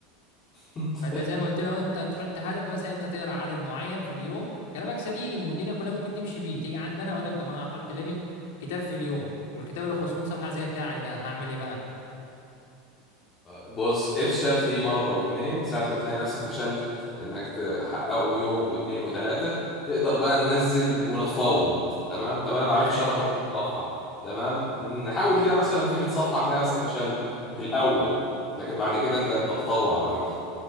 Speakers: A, on the left (about 20°); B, on the left (about 75°).
A: <laughs>
B: فانت زي ما قلت لو انت تحط هدف مثلا انت تقرا عدد معين في اليوم كلامك سليم والدنيا كلها ممكن تمشي بيه تيجي عندنا اقول لك طب انا هحط ليميت كتاب في اليوم والكتاب اللي 500 صفحه زي بتاعك ده هعمل ايه بقى
A: بص افشل فيه مرة واتنين ساعة لما تلاقي نفسك فشلت انك تحققه يوم واتنين وتلاتة تقدر بقى ننزل ونتفاوض تمام طب انا ما
B: ايوه
A: عرفتش اقرا 500 صفحة تمام نحاول كده مثلا في 100 صفحة تلاقي نفسك فشلت في الاول لكن بعد كده انت بتتطور على فكرة